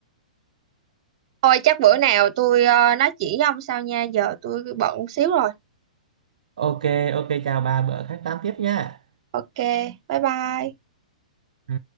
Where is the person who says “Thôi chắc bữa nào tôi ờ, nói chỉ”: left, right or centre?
Right